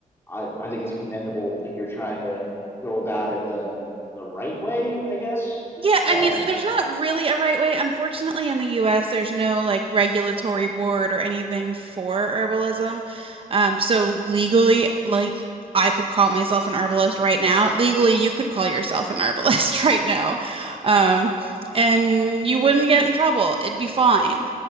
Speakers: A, on the left; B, on the right.
A: I I think it's commendable that you're trying to go about it the the right way, I guess.
B: Yeah,
A: Yeah.
B: I mean, there's not really a right way. Unfortunately, in the US, there's no like regulatory board or anything for herbalism. Um, so legally, like I could call myself an herbalist right now. Legally, you could call yourself an herbalist <laughs> right now. Um, and you wouldn't get in trouble. It'd be fine.